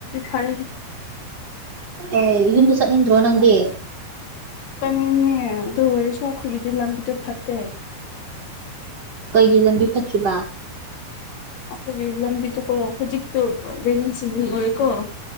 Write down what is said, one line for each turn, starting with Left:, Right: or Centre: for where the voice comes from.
Left: ꯈꯔ
Right: ꯑ ꯏꯟꯁ ꯔ꯭ꯔꯣ ꯅꯪꯗꯤ
Left: ꯆꯪꯅꯤꯡꯉ ꯑꯗꯨ ꯑꯣꯏꯔꯁꯨ ꯑꯩꯈꯣꯏꯒꯤꯗꯤ ꯂꯝꯕꯤꯗꯣ ꯐꯠꯇꯦ
Right: ꯀꯩꯒꯤ ꯂꯝꯕꯤ ꯊ꯭ꯔꯤꯕ
Left: ꯑꯩꯈꯒꯤ ꯂꯝꯕꯤ ꯇꯖꯤꯣ ꯑꯗꯨ